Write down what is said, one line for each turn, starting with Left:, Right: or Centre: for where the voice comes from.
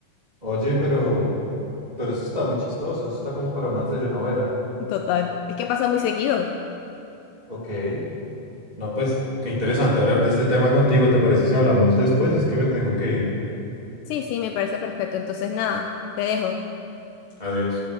Right: Oye, pero, pero eso está muy chistoso, eso está como para una telenovela.
Left: Total, es que pasa muy seguido.
Right: Ok. No, pues, qué interesante hablar de este tema contigo. ¿Te parece si hablamos después? Es que me tengo que ir.
Left: Sí, sí, me parece perfecto. Entonces, nada, te dejo.
Right: Adiós.